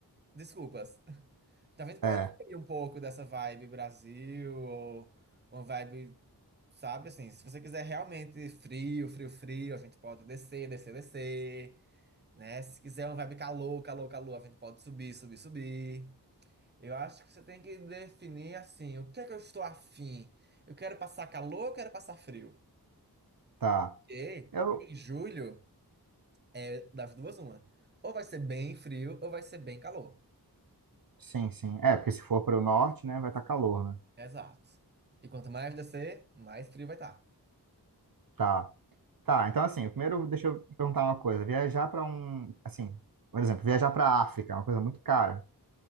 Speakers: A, on the right; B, on the right.
A: desculpas. Então a gente pode
B: É,
A: ir um pouco dessa vibe Brasil ou uma vibe, sabe assim, se você quiser realmente frio, frio, frio, a gente pode descer, descer, descer. né? Se quiser uma vibe calor, calor, calor, a gente pode subir, subir, subir. Eu acho que você tem que definir assim, o que é que eu estou afim? Eu quero passar calor, eu quero passar frio.
B: tá.
A: E
B: Eu,
A: em julho, é das duas, uma. Ou vai ser bem frio, ou vai ser bem calor.
B: sim, sim. É, porque se for para o norte, né, vai estar calor, né?
A: Exato. E quanto mais descer, mais frio vai estar.
B: Tá. Tá, então assim, o primeiro deixa eu perguntar uma coisa. Viajar para um, assim, por exemplo, viajar para a África é uma coisa muito cara.